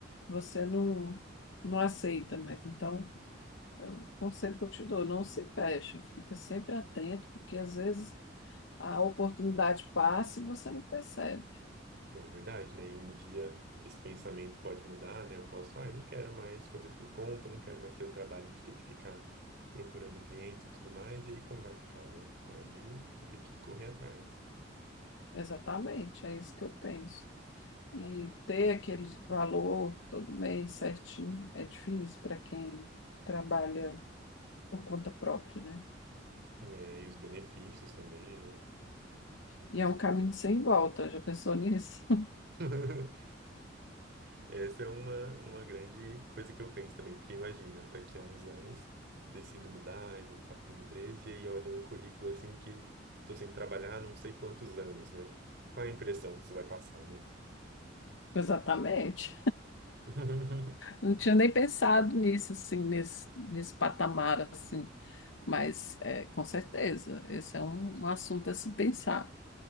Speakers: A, on the left; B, on the right.
A: você não, não aceita mais. Então, é o conselho que eu te dou, não se fecha, fica sempre atento, porque às vezes a oportunidade passa e você não percebe.
B: É verdade, né? E um dia esse pensamento pode mudar, né? Eu posso, ah, eu não quero mais fazer por conta, não quero mais ter o trabalho de ter que ficar procurando clientes e tudo mais, e aí como vai ficar, né? Aí vou ter que correr atrás.
A: Exatamente, é isso que eu penso. E ter aquele valor todo mês certinho é difícil para quem trabalha por conta própria, né?
B: É, e os benefícios também, né?
A: E é um caminho sem volta, já pensou nisso?
B: <laughs> É, essa é uma, uma grande coisa que eu penso também, porque imagina, daqui a uns anos decido mudar e voltar para minha empresa, e aí olho no currículo assim que tô sem trabalhar há não sei quantos anos, né? Qual a impressão que você vai passar, né?
A: <laughs> Exatamente.
B: <laughs>
A: Não tinha nem pensado nisso, assim, nesse, nesse patamar, assim. Mas, é, com certeza, esse é um, um assunto a se pensar,